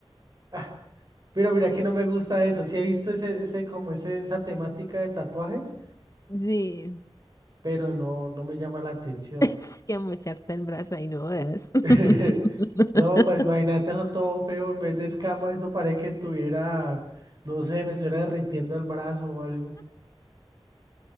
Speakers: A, on the right (about 40°); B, on the left (about 35°).
A: ah, pero mira que no me gusta eso. Sí he visto ese, ese, como ese, esa temática de tatuajes
B: Sí,
A: pero no, no me llama la atención.
B: es que mocharte el brazo ahí no veas. <laughs>
A: <laughs> No, pues imagínate eso todo feo, en vez de escama, eso parece que tuviera, no sé, me estuviera derritiendo el brazo o algo.